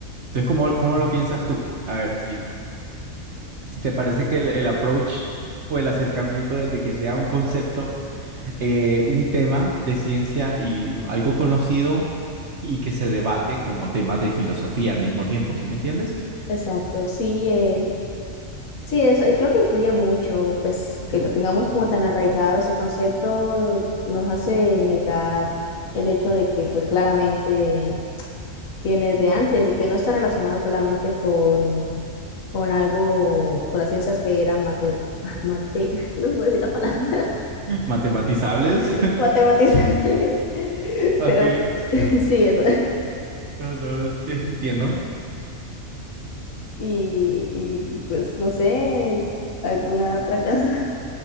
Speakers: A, on the right; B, on the left.
A: Entonces, ¿cómo, cómo lo piensas tú? A ver, si, si te parece que el, el approach o el acercamiento desde que sea un concepto eh, un tema de ciencia y algo conocido y que se debate como temas de filosofía al mismo tiempo, ¿sí me entiendes?
B: Exacto, sí, eh, sí, eso eh, creo que influye mucho, pues que lo tengamos como tan arraigado ese concepto nos hace negar el hecho de que pues claramente viene de antes y que no está relacionado solamente con, con algo, con las ciencias que eran mate, mate, <laughs> no puedo decir la palabra,
A: Matematizables.
B: <laughs>
A: <laughs>
B: matematizables, <laughs>
A: Ok,
B: pero <laughs> sí, eso.
A: no, no, no, entiendo.
B: Y, y pues no sé, alguna otra cosa.